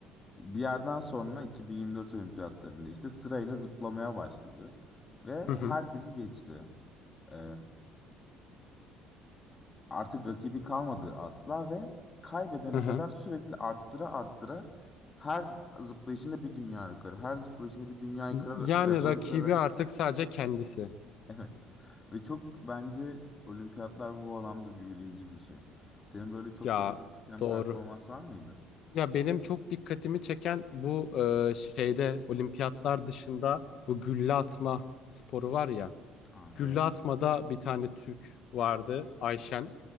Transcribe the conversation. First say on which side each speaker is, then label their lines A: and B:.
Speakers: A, on the left; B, on the left.
A: bir yerden sonra 2024 olimpiyatlarında işte sırayla zıplamaya başladı. Ve
B: Hı hı.
A: herkesi geçti. Ee, artık rakibi kalmadı asla ve kaybedene
B: Hı hı.
A: kadar sürekli arttıra arttıra her zıplayışında bir dünya rekoru, her zıplayışında bir dünya rekoru,
B: Yani
A: rekoru
B: rakibi
A: kırarak
B: artık sadece kendisi.
A: Evet. Ve çok bence olimpiyatlar bu alanda büyüleyici bir şey. Senin böyle çok
B: Ya
A: dikkat çeken
B: doğru.
A: performans var mıydı?
B: Ya benim çok dikkatimi çeken bu e, şeyde olimpiyatlar dışında bu gülle atma sporu var ya.
A: Aa,
B: Gülle
A: evet.
B: atmada bir tane Türk vardı Ayşen.